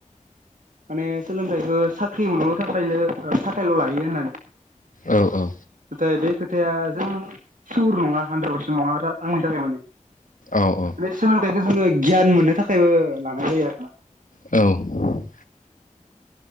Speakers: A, on the right; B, on the left.
A: माने सोलोंथाइखौ साख्रि मोनल' थाखायलो थाखायल' लायो होननानै
B: औ औ
A: नाथाय बे खोथाया जों सोर नङा हान्द्रेद पारसेन्ट नङा आंनि थाखाय माने
B: औ औ
A: बे सोलोंथाइखौ जोङो गियान मोननो थाखायबो लानाय जायो आरोना।
B: औ